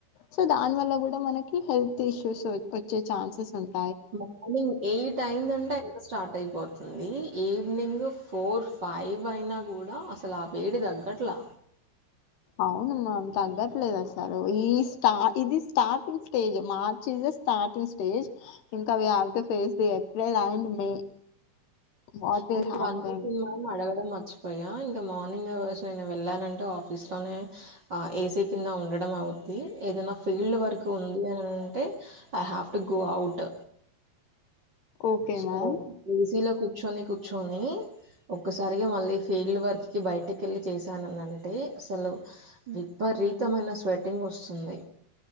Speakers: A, on the left; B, on the right.
A: సో దాని వల్ల కూడా మనకి హెల్త్ ఇష్యూస్ వచ్చే చాన్సెస్ ఉంటా
B: మార్నింగ్ ఎయిట్ అయిందంటే ఎండ స్టార్ట్ అయిపోతుంది. ఈవినింగ్ ఫోర్ ఫైవ్ అయినా కూడా అసలు ఆ వేడి తగ్గట్లా,
A: అవునుమ్మా తగ్గట్లేదు అసలు ఈ స్టా ఇది స్టార్టింగ్ స్టేజ్ మార్చిస్ స్టార్టింగ్ స్టేజ్ ఇంకా we have to face April and May what విల్
B: ఆ ఒకటి
A: హ్యాపెన్
B: అనుకుంటున్న కానీ అడగడం మర్చిపోతున పోయా ఇంకా మార్నింగ్ అవర్స్ నేను వెళ్ళానంటే ఆఫీస్లోనే ఆ ఏసీ కింద ఉండడం అవు ది ఏదైనా ఫీల్డ్ వర్క్ ఉంది అని అంటే I have to go out
A: okay
B: so
A: ma'am.
B: ఏసీలో కూర్చొని కూర్చొని ఒక్కసారిగా మళ్ళీ ఫీల్డ్ వర్క్కి బయటకి వెళ్ళి చేశానని అంటే అసలు విపత్ రీతమైన స్వెట్టింగ్ వస్తుంది